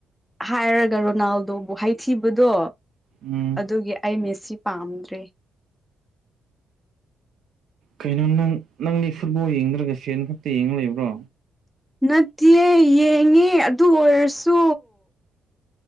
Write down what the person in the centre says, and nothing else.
ꯍꯥꯏꯔꯒ ꯔꯣꯅꯥꯜꯗꯣꯕꯨ ꯍꯥꯏꯊꯤꯕꯗꯣ
ꯑꯗꯨꯒꯤ ꯑꯩ ꯃꯦꯁꯤ ꯄꯥꯝꯗ꯭ꯔꯦ
ꯅꯠꯇꯤꯌꯦ ꯌꯦꯡꯉꯦ ꯑꯗꯨ ꯑꯣꯏꯔꯁꯨ